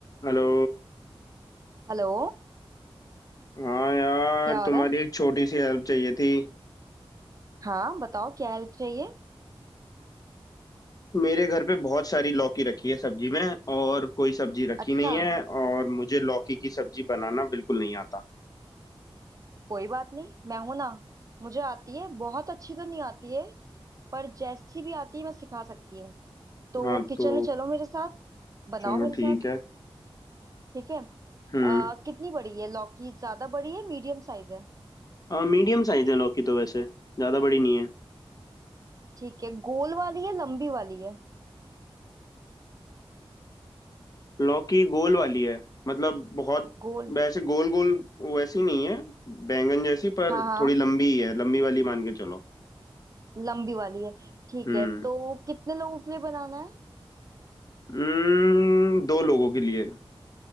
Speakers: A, on the left (about 40°); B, on the right (about 35°).
A: हेलो
B: Hello
A: हाँ यार
B: क्या हो
A: तुम्हारी
B: रहा है
A: एक छोटी सी हेल्प चाहिए थी
B: हाँ बताओ क्या हेल्प चाहिए
A: मेरे घर पे बहुत सारी लौकी रखी है सब्जी में और कोई सब्जी रखी
B: अच्छा
A: नहीं है और मुझे लौकी की सब्जी बनाना बिल्कुल नहीं आता
B: कोई बात नहीं मैं हूं ना मुझे आती है बहुत अच्छी तो नहीं आती है पर जैसी भी आती है मैं सिखा सकती हूँ तो
A: हाँ
B: किचन
A: तो
B: में चलो मेरे साथ बनाओ
A: चलो
B: मेरे
A: ठीक
B: साथ
A: है
B: ठीक है
A: हम्म
B: आ, कितनी बड़ी है लौकी ज्यादा बड़ी है मीडियम साइज है
A: मीडियम साइज है लौकी तो वैसे ज़्यादा बड़ी नहीं है
B: ठीक है गोल वाली है लंबी वाली है
A: लौकी गोल वाली है मतलब बहुत
B: गोल
A: वैसे गोल गोल वैसी नहीं है बैंगन जैसी पर
B: हाँ हाँ
A: थोड़ी लंबी ही है लंबी वाली मान के चलो
B: लंबी वाली है ठीक
A: हम्म
B: है तो कितने लोगों के लिए बनाना है
A: हम्म, दो लोगों के लिए